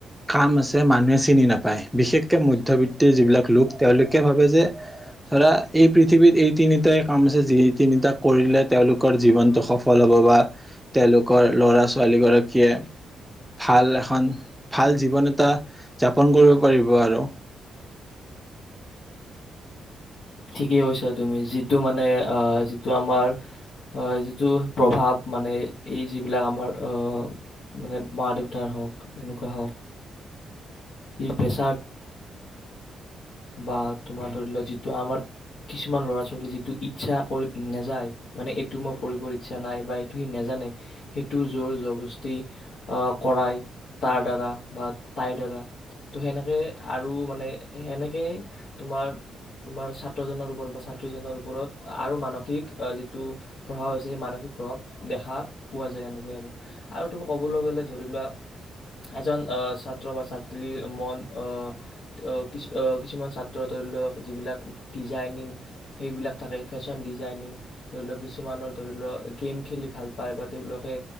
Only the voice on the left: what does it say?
ঠিকেই কৈছা তুমি যিটো মানে যিটো আমাৰ যিটো প্ৰভাৱ মানে এই যিবিলাক আমাৰ আহ মানে মা দেউতাৰ হওঁক এনেকুৱা হওঁক ই প্ৰেচাদ বা তোমাৰ ধৰি লোৱা যিটো আমাৰ কিছুমান ল'ৰা ছোৱালী যিটো ইচ্ছা কৰি নেযায় মানে এইটো মই কৰিবৰ ইচ্ছা নাই বা এইটো সি নজানে সেইটো জোৰ জৰবস্তি আহ কৰাই তাৰ দ্বাৰা বা তাইৰ দ্বাৰা ত' সেনেকে আৰু মানে সেনেকেই তোমাৰ তোমাৰ ছাত্ৰজনৰ ওপৰত বা ছাত্ৰীজনীৰ ওপৰত আৰু মানসিক যিটো প্ৰভাৱ হৈছে সেই মানসিক প্ৰভাৱ দেখা পোৱা যায় এনেকৈ আৰু আৰু তোম ক'বলৈ গ'লে ধৰি লোৱা এজন ছাত্ৰ বা ছাত্ৰীৰ মন আহ। অ কিছু অ কিছুমান ছাত্ৰৰ ধৰি লওক যিবিলাক ডিজাইনিং সেইবিলাক থাকে ফেশ্বন ডিজাইনিং ধৰি লওক কিছুমানৰ ধৰি লওক গেম খেলি ভাল পায় বা তেওঁলোকে